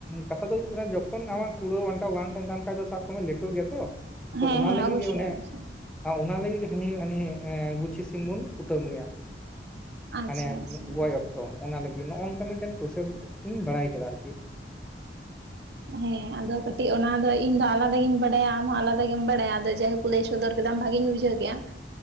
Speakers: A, in the centre; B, on the right.
A: ᱠᱟᱛᱷᱟ ᱫᱚ ᱦᱩᱭᱩᱭ ᱠᱟᱱᱟ ᱡᱚᱠᱷᱚᱱ ᱟᱢᱟᱜ ᱠᱩᱲᱟᱹ ᱟᱱᱴᱟᱣ ᱵᱟᱝ ᱛᱟᱦᱮᱱ ᱛᱟᱢ ᱠᱷᱟᱡ ᱫᱚ ᱥᱟᱵ ᱠᱟᱜ ᱢᱮ ᱞᱮᱴᱚᱜ ᱜᱮᱭᱟ ᱛᱚ, ᱛᱚ
B: ᱦᱮᱸ
A: ᱚᱱᱟ ᱞᱟᱹᱜᱤᱫ
B: ᱚᱵᱚᱥᱥᱳᱭ
A: ᱜᱮ ᱚᱱᱮ
B: ᱚᱵᱚᱥᱥᱳᱭ
A: ᱚᱱᱟ ᱞᱟᱹᱜᱤᱫ ᱦᱟᱱᱤ ᱦᱟᱱᱤ ᱜᱩᱪᱷᱤ ᱥᱤᱢ ᱵᱚᱱ ᱠᱩᱴᱟᱹᱢ ᱢᱮᱭᱟ ᱾
B: ᱟᱪᱪᱷᱟ
A: ᱢᱟᱱᱮ
B: ᱟᱪᱪᱷᱟ
A: ᱜᱚᱡ ᱚᱠᱛᱚ ᱚᱱᱟ ᱞᱟᱹᱜᱤᱫ ᱱᱚᱜ-ᱚ ᱱᱚᱝᱠᱟ ᱢᱤᱫᱴᱮᱱ ᱯᱨᱥᱮᱥ ᱤᱧ ᱵᱟᱲᱟᱭ ᱠᱟᱫᱟ ᱟᱨᱠᱤ,
B: ᱦᱮᱸ, ᱟᱫᱚ ᱠᱟᱹᱴᱤᱡ ᱚᱱᱟ ᱫᱚ ᱤᱧ ᱫᱚ ᱟᱞᱟᱫᱟ ᱜᱤᱧ ᱵᱟᱰᱟᱭᱟ ᱟᱢ ᱦᱚᱸ ᱟᱞᱟᱫᱟ ᱜᱮᱢ ᱵᱟᱲᱟᱭᱟ ᱡᱟᱭ ᱦᱳᱠ, ᱞᱟᱹᱭ ᱥᱚᱫᱚᱨ ᱠᱮᱫᱟᱢ ᱵᱷᱟᱹᱜᱧ ᱵᱩᱡᱷᱟᱹᱣ ᱠᱮᱜᱼᱟ ᱾